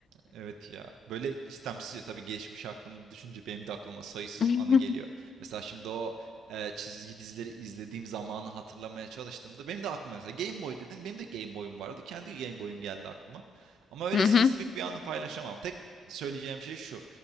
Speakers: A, on the right (about 80°); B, on the left (about 50°).
A: Evet ya. Böyle istemsizce tabii geçmiş aklımda düşünce benim de aklıma sayısız
B: <laughs>
A: anı geliyor. Mesela şimdi o e, çizgi dizileri izlediğim zamanı hatırlamaya çalıştığımda benim de aklıma mesela Game Boy dedim. Benim de Game Boy'um vardı. Kendi Game Boy'um geldi aklıma. Ama öyle
B: Hı hı.
A: spesifik bir anı paylaşamam. Tek söyleyeceğim şey şu.